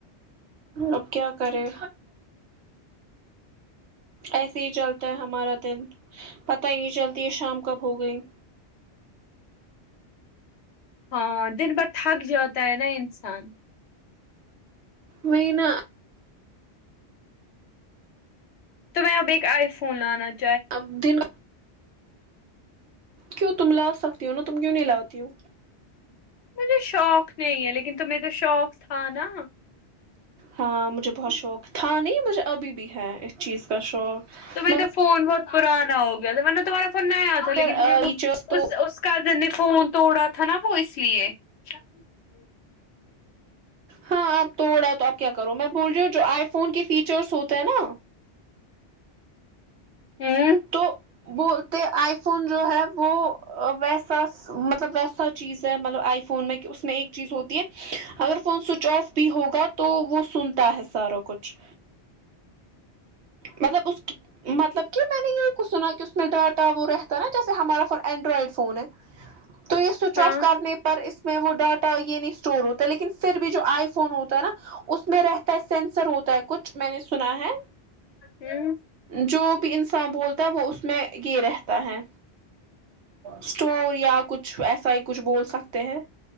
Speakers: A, on the right; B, on the left.
A: اب کیا کرے ایسے ہی چلتا ہے ہمارا دن پتہ ہی چلتی یہ شام کب ہو گئی
B: ہاں دن بھر تھک جاتا ہے نا انسان
A: وہی نا
B: تو میں اب ایک آئی فون لانا تھا
A: اب دن کیوں تم لا سکتی ہو نا تم کیوں نہیں لاتی ہو
B: مجھے شوق نہیں ہے لیکن تمہیں تو شوق تھا نا
A: ہاں مجھے بہت شوق تھا نہیں مجھے ابھی بھی ہے اس چیز کا شوق
B: تمہیں
A: مگر
B: تو فون بہت پرانا ہو گیا تھا میں نے تمہارا فون نہیں آیا تھا
A: مگر
B: لیکن تمہے
A: فیچرس
B: وہ
A: تو
B: اسکا میں نے فون توڑا تھا نا وہ اس لیے اچھ
A: ہاں آپ توڑ رہا تو اب کیا کرو میں بول رہی ہوں جو آئی فون کے فیچرس ہوتے ہیں نا
B: ہوں
A: تو بولتے آئی فون جو ہے وہ ویسا مطلب ویسا چیز ہے مطلب آئی فون فون میں اس میں ایک چیز ہوتی ہے اگر فون سوئچ آف بھی ہوگا تو وہ سنتا ہے سارا کچھ مطلب اس کی مطلب کہ میں نے یہ کوچ سنا کہ اس میں ڈاٹا وہ رہتا نا جیسے ہمارا فون اینڈرائڈ فون ہے تو یہ سوئچ
B: ہاں
A: آف کرنے پر اس میں وہ ڈاٹا یہ نہیں اسٹور ہوتا لیکن پھر بھی جو آئی فون ہوتا ہے نا اس میں رہتا ہے سینسر ہوتا ہے کچھ میں نے سنا ہے
B: ہوں
A: جو بھی انسان بولتا ہے وہ اس میں یہ رہتا ہے اسٹور یا کچھ ایسا ہی کچھ بول سکتے ہیں